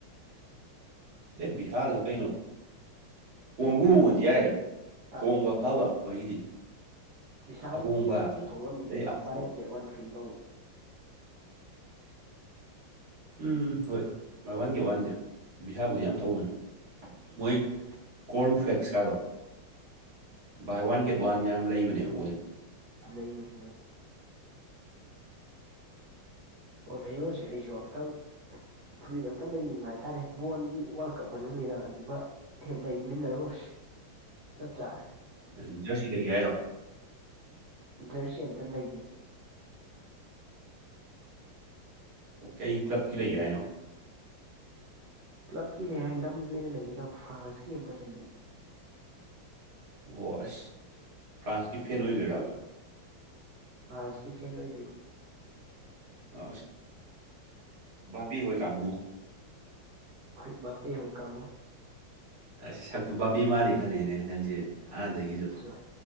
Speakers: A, on the right (about 40°); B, on the right (about 65°).
A: ꯕꯤꯍꯥꯜꯂ ꯀꯩꯅꯣ ꯍꯣꯡꯕ ꯍꯣꯡꯉꯗꯤ ꯌꯥꯏꯗ
B: ꯍꯥ
A: ꯍꯣꯡꯕ ꯑꯐꯕ ꯑꯩꯈꯣꯏꯒꯤꯗꯤ
B: ꯕꯤꯚꯤꯁꯥꯟꯒꯤ
A: ꯑꯍꯣꯡꯕ
B: ꯍꯣꯡꯉꯝꯅꯤ
A: ꯑꯗꯩ
B: ꯀꯩꯅꯣ
A: ꯑꯐꯕ
B: ꯕꯥꯏ ꯋꯥꯀꯦꯠ ꯋꯥꯟ ꯊ꯭ꯔꯤꯝ ꯇꯧꯕꯅꯦ
A: ꯎꯝ ꯍꯣꯏ ꯚ ꯋꯥꯟꯒꯤ ꯋꯥꯟꯗꯤꯦ ꯕꯤꯁꯥꯕꯨꯗꯤ ꯌꯥꯝ ꯇꯧꯕꯅꯤ ꯃꯣꯏ ꯀ ꯀꯣꯔ ꯀꯣꯔꯟ ꯐ꯭ꯂꯦꯛꯁ ꯀꯗ
B: ꯍꯣꯏ
A: buy one
B: call
A: get one ꯌꯥꯝ ꯂꯩꯕꯅꯦꯕ ꯃꯣꯏꯁꯦ
B: ꯂꯩ ꯃꯅꯦ ꯃꯅꯦꯦ ꯑꯣ ꯂꯩꯩꯅꯣꯁꯦ ꯑꯩꯁꯨ ꯑꯝꯛꯇꯪ ꯐꯨꯔꯤꯠ ꯑꯝꯇ ꯂꯩꯅꯤꯡꯕ ꯍꯥꯏꯇꯥꯔꯦ ꯕꯣꯣꯟꯒꯤ ꯋꯥꯔꯜ ꯀꯞ ꯃꯅꯨꯡꯅ ꯑꯗꯨꯒ ꯍꯦꯛ ꯂꯩꯃꯤꯟꯅꯔꯨꯁ ꯆꯞ ꯆꯥꯔꯦ
A: ꯎꯝ ꯖꯔꯁꯤꯗꯒꯤ ꯍꯥꯏꯔꯣ
B: ꯖꯔꯁꯤ ꯑꯝꯇ ꯂꯩꯒꯦꯅꯦ
A: ꯀꯩ ꯀ꯭ꯂꯕꯀꯤ ꯂꯩꯒꯦ ꯍꯥꯏꯅꯣ
B: ꯀ꯭ꯂꯕꯀꯤ ꯂꯩꯔꯦ ꯂꯝꯒꯤ ꯑꯣꯏꯅ ꯂꯩꯒꯗ ꯐ꯭ꯔꯥꯟꯁꯀꯤ ꯑꯝꯇ ꯂꯩꯅꯤꯕ
A: ꯑꯣ ꯑꯁ ꯐ꯭ꯔꯥꯟꯁꯀꯤ ꯐꯦꯟ ꯑꯣꯏꯗꯣꯏꯔꯕ
B: ꯐ꯭ꯔꯥꯟꯁꯀꯤ ꯐꯦꯟ ꯑꯣꯏꯗꯣꯏꯅꯤ
A: ꯑ ꯚꯥꯕꯤ ꯍꯣꯏ ꯀꯥꯡꯕꯨ
B: ꯍ ꯕꯥꯄꯄꯤꯦꯡ ꯍꯣꯏꯀ ꯀꯥꯡꯕꯨꯣ
A: ꯑꯁ ꯁꯛꯇꯨ ꯕꯥꯞꯄꯤ ꯃꯥꯜꯂꯤ ꯈꯜꯂꯤꯅꯦ ꯅꯪꯁꯦ ꯍꯥꯟꯅꯗꯒꯤꯁꯨ
B: ꯐ